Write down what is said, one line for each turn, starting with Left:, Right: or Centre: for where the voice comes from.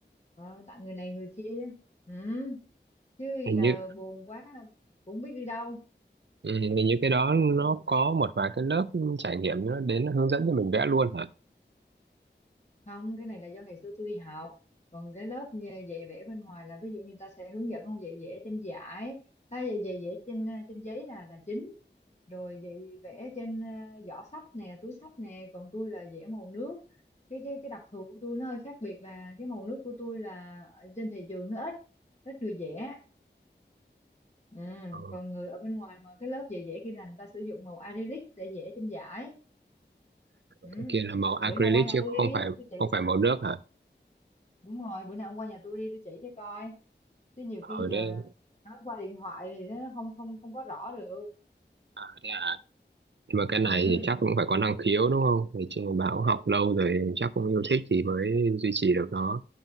Left: Ờ, tặng người này người kia ừ chứ
Right: hình
Left: giờ
Right: như
Left: buồn quá cũng không biết đi đâu
Right: Ừ, thì như cái đó nó có một vài cái lớp trải nghiệm nó đến nó hướng dẫn cho mình vẽ luôn hả?
Left: không cái này là do ngày xưa tôi đi học còn cái lớp nhè- dạy vẽ bên ngoài là ví dụ như người ta sẽ hướng dẫn ông dạy vẽ trên giải ta dạy dạy vẽ trên ờ, trên giấy là là chính rồi dạy vẽ trên ờ, giỏ sách nè túi sách nè còn tôi là vẽ màu nước cái cái cái đặc thù của tôi nó hơi khác biệt là cái màu nước của tôi là ở trên thị trường nó ít ít người vẽ ừ.
Right: Ờ,
Left: còn người ở bên ngoài mà cái lớp dạy vẽ kia là người ta sử dụng màu acrylic để vẽ trên giải ừ.
Right: cái kia là màu acrylic
Left: bữa nào qua nhà
Right: chứ
Left: tôi
Right: không
Left: đi
Right: phải
Left: tôi chỉ
Right: không phải màu nước hả?
Left: đúng rồi bữa nào ông qua nhà tôi đi tôi chỉ cho coi chứ nhiều
Right: Ở
Left: khi giờ
Right: đây
Left: nói qua điện thoại thì nó không không không có rõ được
Right: à, thế à? Nhưng mà cái này
Left: ừ
Right: thì chắc cũng phải có năng khiếu đúng không? Thì chứ bạn cũng học lâu rồi chắc cũng yêu thích thì mới duy trì được nó.